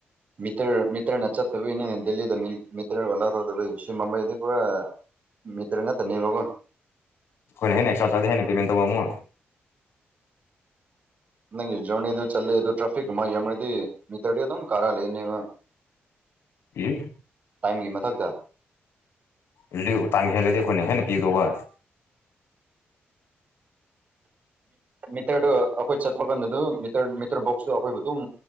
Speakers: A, on the right; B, on the left.
A: ꯇ ꯃꯤꯇ꯭ꯔꯅ ꯆꯠꯇꯕꯤꯅꯦ ꯗꯦꯜꯂꯤꯗ ꯃꯤꯇ꯭ꯔ ꯋꯥꯂꯥ ꯇꯧꯗꯕꯤ ꯁꯤ ꯃꯨꯝꯕꯥꯏꯗ ꯄꯨꯔ ꯃꯤꯤꯇ꯭ꯔ ꯅꯠꯇꯅꯤꯕꯒꯣ
B: ꯑꯩꯣꯏ ꯑꯦꯛꯁꯇ꯭ꯔ ꯆꯥꯖ ꯍꯥꯏꯦꯅꯤ ꯄꯦꯃꯦꯟ ꯋꯥꯃ
A: ꯅꯪꯖꯣꯟꯅꯤ ꯑꯗꯨ ꯆꯠꯂꯦ ꯑꯗꯨꯣ ꯇ꯭ꯔꯥꯐꯤꯛ ꯃꯩꯝꯅꯗꯤ ꯃꯤꯇꯔꯗꯤ ꯑꯗꯨꯝ ꯀꯥꯔꯥ ꯂꯩꯅꯦꯕ
B: ꯌꯦ
A: ꯑꯝꯒꯤ ꯃꯊꯛꯇ
B: ꯔꯗꯤ ꯇꯥꯡ ꯍꯦꯜꯂꯗꯤ ꯑꯩꯈꯣꯏꯅ ꯍꯦꯟꯅ ꯄꯤꯗꯧꯕ
A: ꯃꯤꯇꯔꯗꯨ ꯑꯩꯈꯣꯏ ꯆꯠꯄ ꯀꯥꯟꯗ ꯑꯗꯨ ꯃꯤꯇꯔ ꯃꯤꯇꯔ ꯕꯣꯛꯁꯨ ꯑꯩꯈꯣꯏꯕꯨ ꯑꯗꯨꯝ